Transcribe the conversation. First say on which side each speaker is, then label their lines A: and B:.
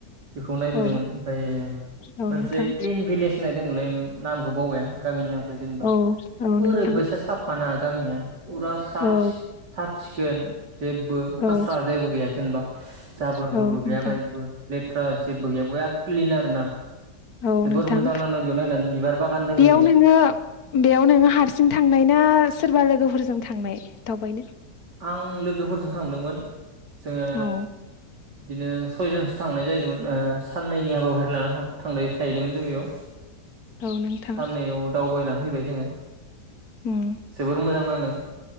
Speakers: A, on the right (about 75°); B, on the left (about 60°).
A: बेखौ नायबोदोंमोन
B: औ
A: ओमफ्राय
B: औ
A: मोनसे
B: नोंथां
A: क्लिन भिलेज होननायदोंमोनलै नामखौ बावबाय आं गामिनि नाम जेनेबा
B: औ औ
A: ओरैबायसा
B: नोंथां
A: साफा ना गामिया फुरा साब
B: औ
A: सिख साब सिखोन जेबो
B: औ
A: कास्रा जेबो गैया जेनेबा जाबोर
B: औ
A: फोरबो गैया
B: नोंथां
A: बाहायबो लेथ्रा जेबो गैया बया क्लिन आरोना
B: औ
A: जोबोर
B: नोंथां
A: मोजां नांदों बेव नायनानै बिबार बागान दोङो
B: बेयाव नोंङो बेयाव नोंङो हारसिं थांनाय ना सोरबा लोगोफोरजों थांनाय? दावबायनो
A: आं लोगोफोरजों थांदोंमोन। जोंङो
B: औ
A: बिदिनो सयजनसो थांनाय जाहैदोंमोन ओ साननैनि हाबाफारि लाना थांनाय थाहैदोंमोन जों बेयाव।
B: औ नोंथां
A: साननैयाव दावबायना फैबाय जोंङो।
B: उम
A: जोबोर मोजां नांदों।